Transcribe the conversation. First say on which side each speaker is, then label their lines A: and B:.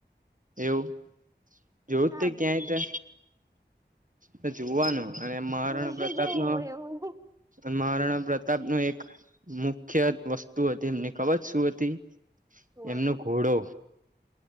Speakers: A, on the right; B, on the right.
A: એવું જોયું જ
B: ના
A: તે ક્યાંય? તો જોવાનું અને મહારાણા
B: ભાઈ નહી
A: પ્રતાપ
B: જોવું
A: નો
B: એવું
A: પણ મહારાણા પ્રતાપ ન એક મુખ્ય વસ્તુ હતી એમને ખબર શું હતી.?
B: હોય
A: એમનો ઘોડો